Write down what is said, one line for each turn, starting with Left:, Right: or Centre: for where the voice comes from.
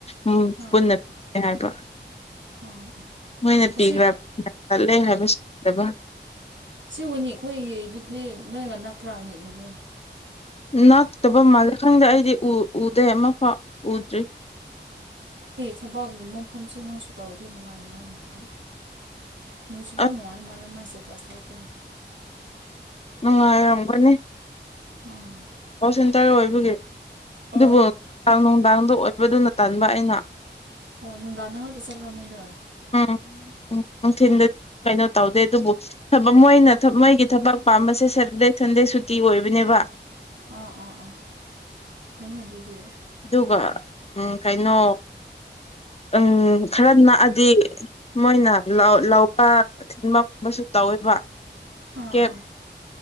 Left: ꯎꯝ
Right: ꯑꯥ ꯑꯥ
Left: ꯄꯨꯟꯅ ꯍꯥꯏꯕ
Right: ꯑꯥ
Left: ꯃꯣꯏꯅ
Right: ꯑꯁꯤ
Left: ꯄꯤꯈ꯭ꯔ ꯆꯠꯂꯦ ꯍꯥꯏꯕꯁꯨ ꯄꯤꯗꯕ
Right: ꯏꯆꯦꯕꯨꯅꯤ ꯑꯩꯈꯣꯏꯒꯤꯗꯨꯗꯤ ꯅꯣꯏꯒ ꯅꯛꯄ꯭ꯔꯕꯅꯤ ꯑꯗꯨꯗꯣ
Left: ꯅꯛꯇꯕ ꯃꯥꯜꯂꯦ ꯈꯪꯗꯦ ꯑꯩꯗꯤ ꯎꯗꯦ ꯑꯃꯐꯥꯎ ꯎꯗ꯭ꯔꯤ
Right: ꯊꯕꯥꯥꯛꯒꯨꯝꯕ ꯃꯐꯝꯁꯨ ꯅꯪꯁꯨ ꯇꯧꯔꯗꯤ ꯅꯨꯡꯉꯥꯏ ꯅꯨꯡꯉꯥꯏ ꯃꯥꯟꯕ ꯃꯣꯏꯁꯨ ꯑꯗꯨꯝ
Left: ꯑꯁ
Right: ꯅꯨꯡꯉꯥꯏ ꯃꯥꯜꯂꯦ ꯃꯥꯁꯦ ꯇꯁ ꯊꯂꯛꯄꯗꯅ
Left: ꯅꯨꯉꯥꯏꯌꯝꯒꯅꯤ
Right: ꯑꯥ
Left: ꯀꫭꯜ ꯁꯦꯟꯇꯔ ꯑꯣꯏꯕꯒꯤ
Right: ꯑꯥ
Left: ꯑꯗꯨꯕꯨ ꯅꯨꯡꯗꯥꯡꯗ ꯑꯣꯠꯕꯗꯨꯅ ꯇꯟꯕ ꯑꯩꯅ
Right: ꯑꯣ ꯅꯨꯡꯗꯥꯡ ꯅ ꯉꯥꯛꯇ ꯆꯠꯄ꯭ꯔꯥ ꯃꯣꯏꯗ
Left: ꯎꯝ ꯎꯝ ꯅꯨꯡꯊꯤꯜꯗꯗꯤ ꯀꯩꯅꯣ ꯇꯧꯗꯦ ꯑꯗꯨꯕꯨ ꯊꯕꯛ ꯃꯣꯏꯅ ꯃꯣꯏꯒꯤ ꯊꯕꯛ ꯄꯥꯝꯕꯁꯦ ꯁꯦꯇꯔꯗꯦ ꯁꯟꯗꯦ ꯁꯨꯇꯤ ꯑꯣꯏꯕꯅꯦꯕ
Right: ꯑꯥ ꯑꯥ ꯑꯥ ꯀꯩꯅꯣ ꯑꯗꯨꯗꯤ
Left: ꯑꯗꯨꯒ ꯎꯝ ꯀꯩꯅꯣ ꯎꯝ ꯈꯔ ꯅꯛꯑꯗꯤ ꯃꯣꯏꯅ ꯂꯧ ꯂꯧ ꯄꯥ ꯊꯤꯟ ꯃꯨꯝ ꯑꯃꯁꯨ ꯇꯧꯋꯦꯕ
Right: ꯑꯥ
Left: ꯀꯦꯞ
Right: ꯑꯥ